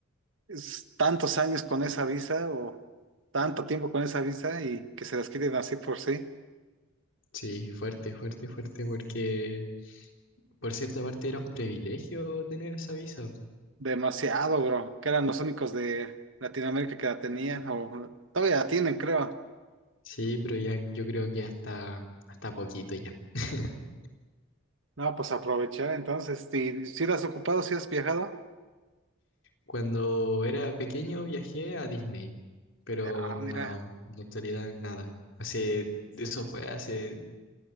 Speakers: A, on the right (about 65°); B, on the left (about 60°).
A: es tantos años con esa visa o tanto tiempo con esa visa y que se las quiten así por sí.
B: Sí, fuerte, fuerte, fuerte, porque por cierta parte era un privilegio tener esa visa.
A: Demasiado, bro. Que eran los únicos de Latinoamérica que la tenían o todavía la tienen, creo.
B: Sí, pero ya yo creo que hasta, hasta poquito ya. <laughs>
A: No, pues aprovechar entonces. Si, si la has ocupado, si has viajado.
B: Cuando era pequeño viajé a Disney, pero
A: Ah,
B: no,
A: mira.
B: en la actualidad nada. Hace, eso fue hace